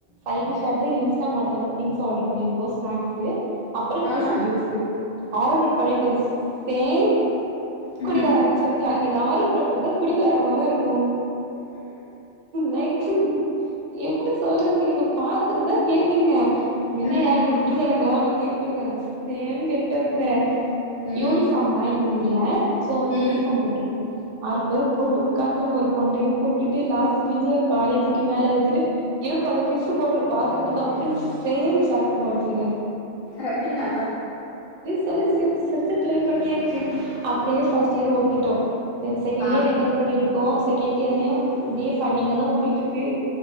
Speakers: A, on the right; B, on the left.
A: சைடிஷாட்டு இன்ஸ்டாமார்ட் ட்லருந்து திங்ஸ் ஆர்டர் பண்ணியிருக்கோ ஸ்நாக்ஸு அப்றோ ஃபிஸ்
B: ஆ
A: ஜூஸு ஆர்டர் பண்ணிட்டு சேம்
B: ம்
A: குடிகாரங்கன்னு சொல்லிக்கலா எங்க ஆறு பேரயு பாத்தா குடிகாரங்க மாரிதா இருக்கு லைக்கு என்னடி சைடுல நீங்க பாத்துருந்தா கேபீங்க என்னய்யா
B: ம்
A: நீங்க குடிக்காரங்களா அப்டின்னு கேப் ங்க சேம் கெட்டப்ங்க
B: ம்
A: யூனிஃபார்ம் தா எங்க ஊர்ல சோ வந்து
B: ம்
A: யூனிஃபார்ம் போட்ருக்கோ ஆறு பேரு போட்டு உக்காந்துருக்கோ ஒரு கொண்டையு போட்டுட்டு லாஸ்ட்டு பெஞ்சுல காலையு தூக்கி மேல வெச்சுட்டு இருக்கு அந்த ஃபிஸ்ஸு பாட்டலு பாக்கறதுக்கு அப்டே சேம் சரக்கு பாட்லுங்க
B: அப்பிடியா
A: சொல்லி சிரிச்சு சிரிச்சு ட்ரை பண்ணியாச்சு அப்டியே ஃபஸ்டியர் ஓட்டிட்டோ தென் செகண்டியர்
B: ஆ
A: என்டர் பண்ணியிருக்கோ செகண்ட் இயர்லயு இப்டியே ஃபன்னிங்கா தா ஓடிட்டுருக்கு